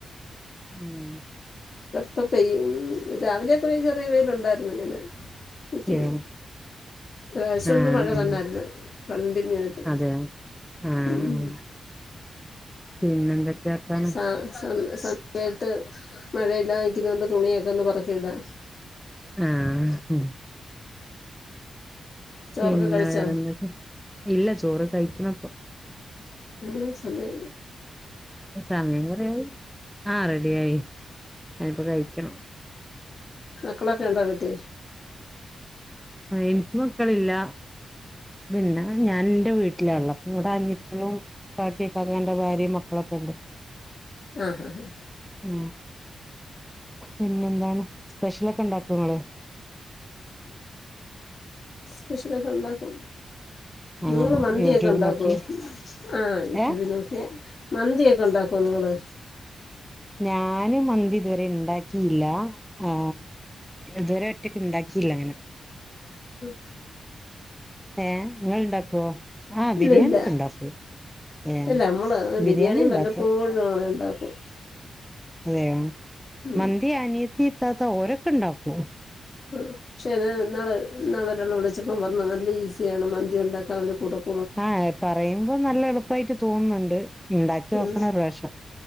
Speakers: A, in the centre; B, on the left.
A: ഉം
B: ഇപ്പൊ പെയ്യും രാവിലെയൊക്കെ വെ ചെറിയ വെയിലുണ്ടായിരുന്നു ഇങ്ങനെ നിക്കുന്നു
A: ഏഹ്
B: ഒരാഴ്ച കൊണ്ട്
A: ആഹ്
B: മഴ
A: ആഹ്
B: തന്നായിരുന്നു കണ്ടിന്യൂ ആയിട്ട്
A: അതെ ആഹ് ആഹ്
B: ഉം
A: പിന്നെന്തൊക്കെയാ വർത്താനം
B: സാ സന്ന് സന്ന് വേൽത്ത് മഴ ല്ലാതിക്കുന്ന കൊണ്ട് തുണിയൊക്കന്ന് പറ കേടാ
A: ആ മ്
B: ചോറൊക്കെ
A: പിന്നെ
B: കഴിച്ചോ
A: വേറെ ഇല്ല ചോറ് കഴിക്ക്ണ പ്പം
B: ആ സമയ
A: സമയം കുറയായി ആ റെഡിയായി അനിപ്പോ കഴിക്കണം
B: മക്കളൊക്കെ ണ്ടോ വീട്ടി
A: ആ എനിക്ക് മക്കളില്ല പിന്നെ ഞാൻ ൻറെ വീട്ടില ള്ളത് ഇടെ അനിയത്തിയും ഇക്കാക്കാന്റെ ഭാര്യയും മക്കളൊക്കെ ണ്ട്.
B: ആ അ അ
A: ഉ പിന്നെന്താണ് സ്പെഷ്യലൊക്കെ ണ്ടാക്കും ങ്ങള്
B: സ്പെഷ്യൽ ഒക്ക ണ്ടാക്കും
A: ആഹ്
B: നിങ്ങള് മന്തിയ
A: യൂട്യൂബ്
B: ഒക്കെ ണ്ടാക്കോ
A: നോക്കി
B: ആ യൂട്യൂബ്
A: ഏഹ്
B: നോക്കിയ മന്തിയൊക്കെ ഉണ്ടാക്കോ നിങ്ങള്
A: ഞാനും മന്തി ഇതുവരെ ണ്ടാക്കിയില്ല ആ ഇതുവരെ ക്കെ ഉണ്ടാക്കിയില്ല അങ്ങനെ
B: ഉം
A: ഏ ങ്ങൾ ണ്ടാക്കുവോ ആ ബിരിയാണി
B: ഇല്ല ഇല്ല
A: ഒക്കെ ഉണ്ടാക്കു ഏ
B: ഇല്ല നമ്മള് അങ്ങനെ
A: ബിരിയാണി
B: ബിരിയാണിയും
A: ഉണ്ടാക്കു
B: വല്ലപ്പോഴും അങ്ങനെ ഉണ്ടാക്കും
A: അതെയോ
B: ഉം
A: മന്തി അനിയത്തി ഇത്താത്ത ഓരോ ണ്ടാക്കും
B: പക്ഷോ നാളെ നാളെ ഒരെള്ള വിളിച്ച അപ്പം പറഞ്ഞത് നല്ല ഈസിയാണ് മന്തി ഉണ്ടാക്കാ അവർ കൊടുക്കും
A: ആഹ പറയുമ്പോ നല്ല എളുപ്പായിട്ട് തോന്നുന്നുണ്ട് ഉണ്ടാക്കി നോക്കണം
B: ഉം
A: ഒരു പ്രാവശ്യം